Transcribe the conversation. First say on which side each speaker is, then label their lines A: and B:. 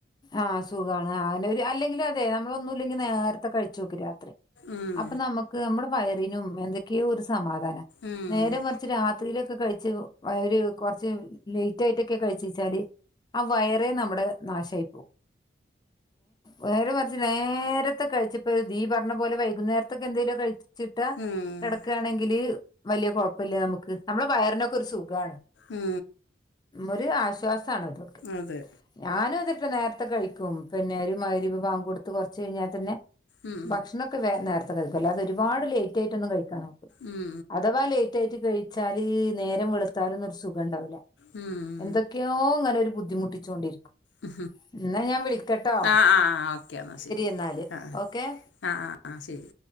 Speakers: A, on the left (about 25°); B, on the left (about 80°).
A: ആഹ സുഖാണ് അങ്ങനെ ഒരു അല്ലെങ്കിലും അതെ നമ്മള ഒന്നുംല്ലെങ്കി നേർത്തെ അ കഴിച്ചു നോക്കെ രാത്രി
B: ഉം.
A: അപ്പൊ നമക്ക് നമ്മുടെ വയറിനും എന്തൊക്കെയോ ഒരു സമാധാനം
B: ഉം.
A: നേരെ മറിച്ച് രാത്രിയിലൊക്കെ കഴിച് ഒരു കുറച്ച് ലേറ്റ് ആയിട്ടൊക്കെ കഴിച്ച വച്ചാല് ആ വയറെ നമ്മടെ നാശയി നേരെ മറിച്ച് നേരത്തെ കഴിച്ചപ്പന്നീപറഞ്ഞ പോലെ വൈകുന്നേരത്തൊക്കെ എന്തേലൊക്കേ കഴിച്ചു ചിട്ട്
B: ഉം.
A: കിടക്കുകയാണെങ്കില് വലിയ കുഴപ്പില്ല നമുക്ക് നമ്മള് വയറിനൊക്കെ ഒരു സുഖണ്
B: ഉം
A: ഒരു ആശ്വാസണതൊക്കെ
B: അതെ
A: ഞാനും അതിട്ട നേരത്തെ കഴിക്കും പിന്നെ ഒരു മാഅരിബ് ബാങ്ക് കൊടുത്ത് കുറച്ച് കഴിഞ്ഞാൽ തന്നെ
B: ഉം.
A: ഭക്ഷണൊക്കെ വേഗനേരു അല്ലാതെ ഒരുപാട് ലേറ്റ് ആയിട്ടൊന്ന് കഴിക്ക നോക്ക്
B: ഉം
A: അഥവാ ലേറ്റ് ആയിട്ട് കഴിച്ചാല് നേരം വെളുത്താലൊന്നും ഒരു സുഖം ഉണ്ടാവൂല്ല
B: ഉം.
A: എന്തൊക്കെയോ ങ്ങനെ ഒരു ബുദ്ധിമുട്ടിച്ചോണ്ടിരിക്കും
B: ഉ
A: എന്നാ ഞാൻ വിളിക്കട്ടോ
B: ആഹ് ആഹ് ഓക്കെന്ന ശരി
A: എന്നാല്
B: എന്ന ആഹ്
A: ഓക്കെ
B: ആഹ് ആഹ് ശരി.